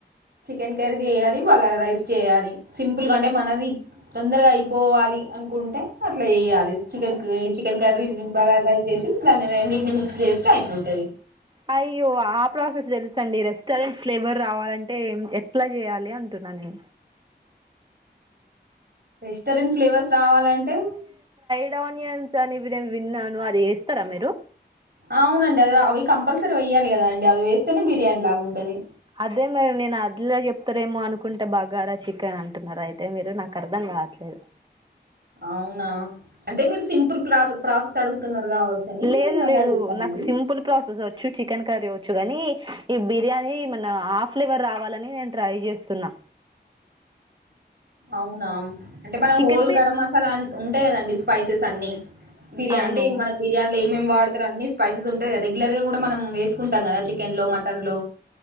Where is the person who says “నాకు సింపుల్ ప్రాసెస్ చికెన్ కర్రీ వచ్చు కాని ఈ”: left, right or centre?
Right